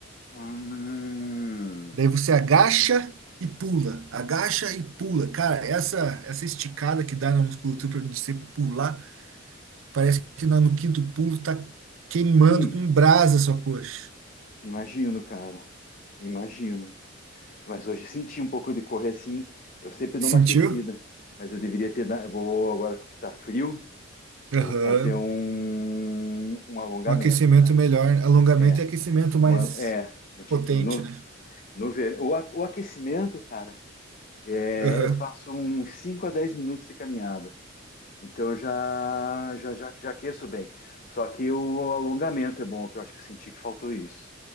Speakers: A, on the left (about 45°); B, on the right (about 85°).
A: Ah,
B: Daí você agacha e pula, agacha e pula. Cara, essa essa esticada que dá na musculatura de você pular, parece que na- no quinto pulo tá queimando
A: Sim,
B: com brasa a sua coxa.
A: imagino, cara. Imagino. Mas hoje senti um pouco de correr assim. Eu sempre
B: Sentiu?
A: dou uma aquecida, mas eu deveria ter. da- eu Vou agora que tá frio, eu
B: Aham.
A: vou fazer um, um alongamento,
B: Um aquecimento
A: cara.
B: melhor, alongamento
A: É,
B: e aquecimento mais
A: um al- é. Antig-
B: potente,
A: no-
B: né?
A: No ver... o, a- o aquecimento, cara, é,
B: Aham.
A: eu faço uns 5 a 10 minutos de caminhada. Então eu já, já, já, já aqueço bem. Só que o alongamento é bom, que eu acho que eu senti que faltou isso.